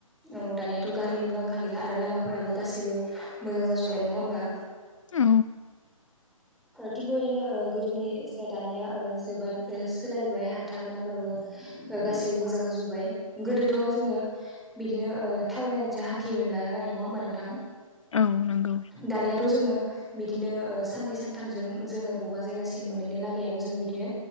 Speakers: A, in the centre; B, on the left.
A: औ दानिया थ' गारिनिबो आंखाल गैला आरो लामाफोराबो गासिबो मोजां जाजोब्बाय नङा होमबा
B: औ
A: थिग बेबायदिनो गोदोनि दानिया जोबोद सोलायबाय हान्था मेलाफ्राबो गासिबो मोजां जाजोब्बाय गोदोथ' जोङो बिदिनो थाबायनानैसो हान्थियोमोन नडा होनबा नोंथां
B: औ नंगौ
A: दानिया जों बिदिनो सननै सनथामजों जों बबेबा जायगासिम मोनहैयो लागैयाबो जों बिदिनो